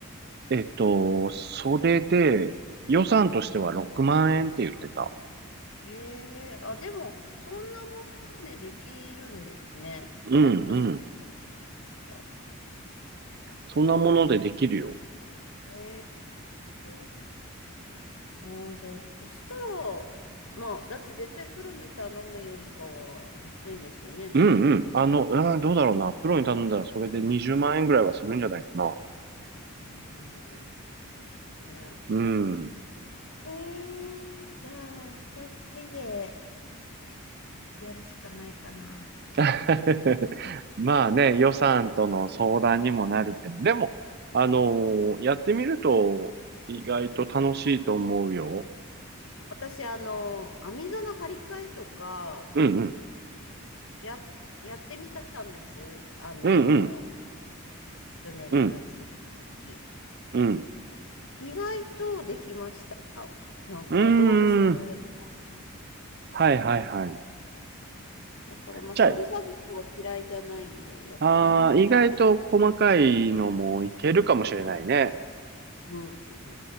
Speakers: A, on the right (about 45°); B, on the left (about 65°).
A: えっと、それで、予算としては6万円って言ってた。
B: ええあ、でも、そんなもんでできるんですね。
A: うんうん。
B: もっとするかと思いました。
A: そんなものでできるよ。
B: ええああ、じゃあ、そしたら、まあ、だって絶対プロに頼むよりかは安いんですよね。
A: うんうん。あの、うん、どうだろうな。プロに頼んだらそれで20万円ぐらいはするんじゃないかな。
B: うん、そうですよね。
A: うん。
B: えー、じゃあ、二人でやるしかないかな。
A: <laughs> まあね、予算との相談にもなるけど、でも、あのーやってみると意外と楽しいと思うよ。
B: そうですね私、あの、網戸の張り替えとか、
A: うんうん。
B: や、やってみたんです。あの、
A: うんうん。
B: 去年の夏の
A: うん
B: 時。
A: うん。
B: 意外とできました。なんか、
A: うー
B: 道具さえあれば
A: ん。はいはいはい。
B: だから、まあ、
A: じゃ
B: そういう作業は嫌いじゃないんで、やってみよ
A: あ、あー、意外と細かいのもいけるかもしれないね。
B: う。うん。う